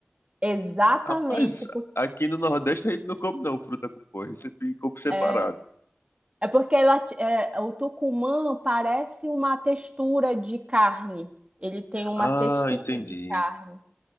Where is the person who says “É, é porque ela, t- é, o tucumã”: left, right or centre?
Right